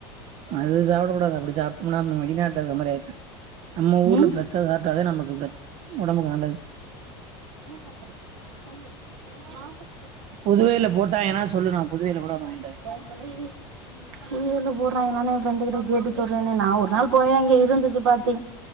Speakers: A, on the right; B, on the right.
A: அது சாப்புடகூடாது அப்டி சாப்டோம்னா நம்ம வெளிநாட்டுல இருக்க மாரி ஆயி போய்டு நம்ம ஊர்ல
B: ம்
A: ப்ளஸ் சாப்பிட்டதே நமக்கு ஒடம்புக்கு நல்லது <unintelligible>
B: நெறைய டைம் இருக்கு
A: புதுவயல் ல போட்டாங்கன்னா சொல்லு நா புதுவைல
B: <unintelligible>
A: கூட ஒன்னு வாங்கிட்டு வரே
B: புதுவயல்ல போட்றாங்களா எ பிரெண்டு கிட்ட கேட்டு சொல்றேனே நா ஒரு நாள் போய் அங்க இருந்துச்சு பாத்